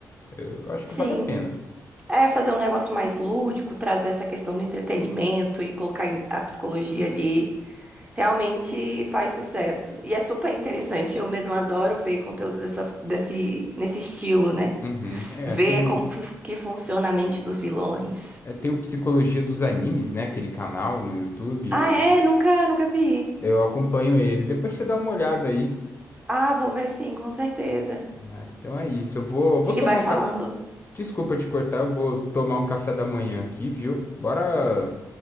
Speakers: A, on the left; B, on the right.
A: Eu acho que
B: sim.
A: vale a pena.
B: É fazer um negócio mais lúdico, trazer essa questão do entretenimento e colocar em- a psicologia ali. Realmente faz sucesso. E é super interessante. Eu mesma adoro ver conteúdos dessa, desse, nesse estilo, né?
A: Uhum. É,
B: Ver
A: tem o,
B: como que, que funciona a mente dos vilões.
A: é, tem o Psicologia dos Animes, né? Aquele canal no YouTube,
B: Ah,
A: eu,
B: é? Nunca, nunca vi.
A: eu acompanho ele. Depois você dá uma olhada aí.
B: Ah, vou ver sim, com certeza.
A: Ah, então é isso, eu vou, eu vou
B: Ele
A: tomar
B: vai falando.
A: um café. Desculpa te cortar, eu vou tomar um café da manhã aqui, viu? Bora